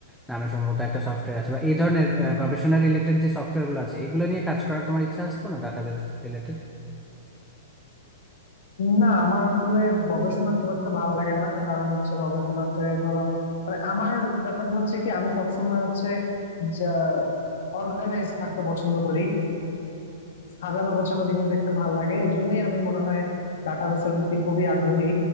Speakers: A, in the centre; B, on the left.
A: নামে সম্ভবত একটা সফটওয়্যার আছে বা এই ধরনের আহ, গবেষণা রিলেটেড যে সফটওয়্যার গুলো আছে এগুলো নিয়ে কাজ করার তোমার ইচ্ছা আছে কোনো ডাটাবেজ রিলেটেড
B: না আমার আসলে গবেষণা খুব একটা ভালো লাগে না কারণ হচ্ছে গবেষণাতে ধরো মানে আমার ব্যাপারটা হচ্ছে কি আমি সবসময় হচ্ছে যা অর্গানাইজ থাকতে পছন্দ করি সাজানো গোছানো জিনিস দেখতে ভালো লাগে এই জন্যই আমি মনে হয় ডাটাবেসের প্রতি খুবই আগ্রহী